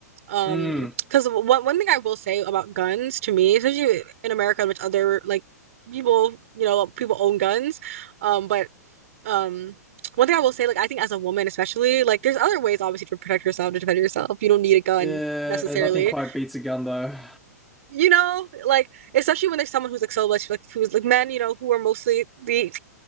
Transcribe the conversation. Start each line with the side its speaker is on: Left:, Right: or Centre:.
Right: um,
Centre: Mm.
Right: because one one thing I will say about guns to me, especially in America, which other like people you know people own guns, um, but um. One thing I will say, like I think as a woman especially, like there's other ways obviously to protect yourself, to defend yourself. You don't need a gun
Centre: Yeah,
Right: necessarily.
Centre: nothing quite beats a gun though.
Right: You know, like especially when there's someone who's like so much like who's like men, you know, who are mostly the